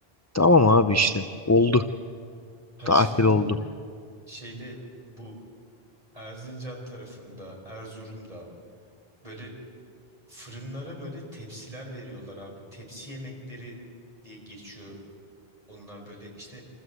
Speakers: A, on the left; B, on the right.
A: tamam abi işte oldu.
B: taş
A: Tatil
B: fırında
A: oldu.
B: böyle şeyde bu Erzincan tarafında, Erzurum'da böyle fırınlara böyle tepsiler veriyorlar abi. Tepsi yemekleri diye geçiyor Onlar böyle işte